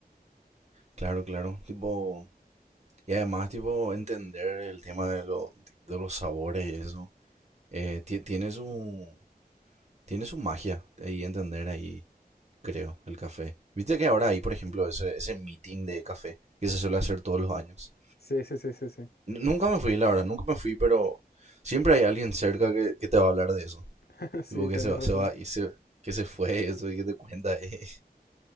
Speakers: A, on the right; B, on the left.
A: Claro, claro. Tipo, y además, tipo, entender el tema de, lo- de los sabores y eso. eh, ti- tiene su, tiene su magia ahí entender ahí, creo, el café. Viste que ahora hay, por ejemplo, ese, ese meeting de café que se suele hacer todos los años.
B: Sí, sí, sí, sí, sí.
A: N- nunca me fui, la verdad, nunca me fui, pero siempre hay alguien cerca que, que te va a hablar de eso.
B: <laughs> Sí,
A: Tipo, que
B: tenés
A: se va,
B: razón.
A: se va y se, que se fue, eso y que te cuenta. eh.